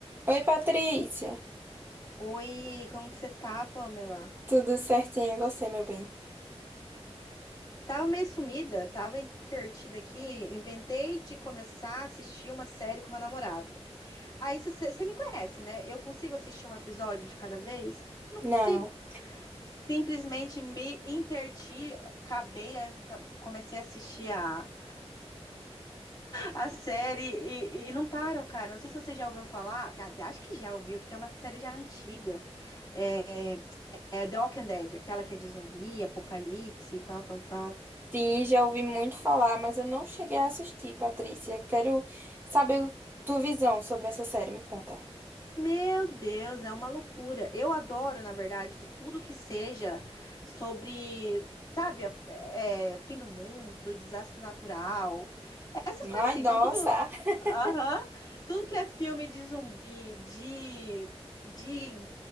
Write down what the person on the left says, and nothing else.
Oi, como que você tá, Pamela?
Tava meio sumida, tava entretida aqui, inventei de começar a assistir uma série com meu namorado. Aí você me conhece, né? Eu consigo assistir um episódio de cada vez? Não
consigo. Simplesmente me interti, acabei, a- ca- comecei a assistir a, a série e, e não paro, cara. Não sei se você já ouviu falar, cara, você acha que já ouviu, porque é uma série já antiga. É, É The Walking Dead, aquela que é de zumbi, apocalipse e tal, tal, tal.
Meu Deus, é uma loucura. Eu adoro, na verdade, tudo que seja sobre, sabe, é, fim do mundo, desastre natural. Essas coisas
assim.
Então, tudo.
Aham. Tudo que é filme de zumbi, de, de